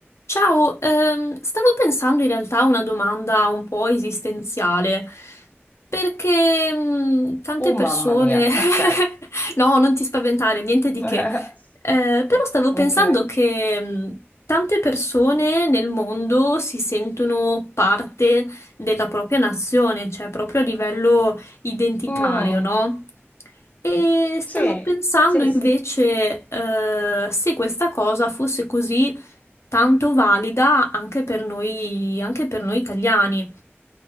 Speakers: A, on the left; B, on the left.
A: Ciao, ehm, stavo pensando in realtà a una domanda un po' esistenziale, perché mm, tante
B: Oh
A: persone...
B: mamma mia,
A: <laughs>
B: ok.
A: No, non ti spaventare, niente
B: <laughs>
A: di che. Eh, però stavo
B: Ok.
A: pensando che mh, tante persone nel mondo si sentono parte della propria nazione, cioè proprio a livello identitario,
B: Mm,
A: no? E stavo
B: sì,
A: pensando
B: sì,
A: invece
B: sì.
A: eh, se questa cosa fosse così tanto valida anche per noi, anche per noi italiani.